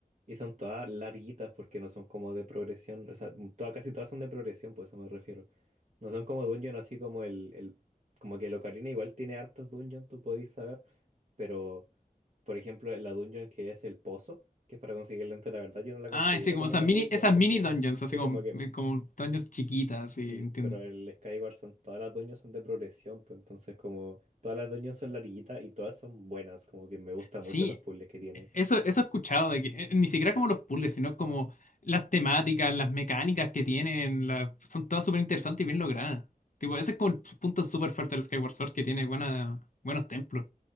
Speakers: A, on the right; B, on the left.
A: y son todas larguitas porque no son como de progresión, o sea, todas, casi todas son de progresión, por eso me refiero. No son como dungeons así como el, el como que el Ocarina igual tiene hartos dungeons, tú podís saber, pero... Por ejemplo, la dungeon que es el pozo, que es para conseguir el lente de la verdad, yo no la
B: Ah,
A: considero
B: sí, como
A: como
B: esas
A: una
B: mini,
A: dungeon
B: esas
A: porque
B: mini dungeons,
A: sí,
B: así como,
A: como que
B: como dungeons chiquitas, sí,
A: sí,
B: entiendo.
A: pero el Skyward son todas las dungeons son de progresión, pues entonces como todas las dungeons son larguitas y todas son buenas, como que me gustan
B: Sí,
A: mucho los puzzles que tienen.
B: Eso, eso he escuchado, de que eh, ni siquiera como los puzzles, sino como las temáticas, las mecánicas que tienen, la- son todas súper interesantes y bien logradas. Tipo, ese es como el punto súper fuerte del Skyward Sword, que tiene buena, buenos templos.